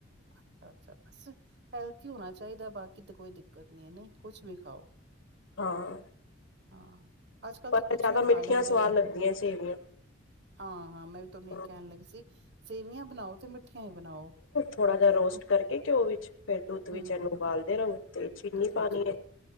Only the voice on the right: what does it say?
ਅੱਛਾ-ਅੱਛਾ ਬੱਸ। ਹੈਲਥੀ ਹੋਣਾ ਚਾਹੀਦਾ ਬਾਕੀ ਤਾਂ ਕੋਈ ਦਿੱਕਤ ਨੀ ਹੈ ਨਹੀਂ ਕੁਛ ਵੀ ਖਾਓ।
ਹਾਂ ਅੱਜ ਕੱਲ੍ਹ
ਤਾਂ ਕੁਛ
ਵੀ ਖਾ
ਲੈਂਦੇ
ਹੈ।
ਹਾਂ-ਹਾਂ ਮੈਂ ਵੀ ਤੁਹਾਨੂੰ
ਇਹ ਕਹਿਣ ਲੱਗੀ ਸੀ ਸੇਵੀਆਂ ਬਣਾਓ ਤੇ ਮਿੱਠੀਆਂ ਹੀ ਬਣਾਓ।
ਅ,
ਹਮ
ਦੁੱਧ
ਵਿੱਚ ਪਾ